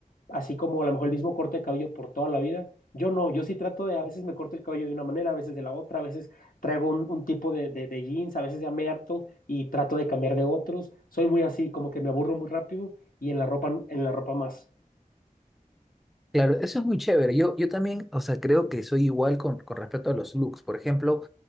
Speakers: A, on the left (about 80°); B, in the centre.
A: así como a lo mejor el mismo corte de cabello por toda la vida, yo no, yo sí trato de, a veces me corto el cabello de una manera, a veces de la otra, a veces traigo un, un tipo de, de- de jeans, a veces ya me harto y trato de cambiar de otros. Soy muy así, como que me aburro muy rápido y en la ropa, en la ropa más.
B: Claro, eso es muy chévere. Yo, yo también, o sea, creo que soy igual con, con respecto a los looks. Por ejemplo,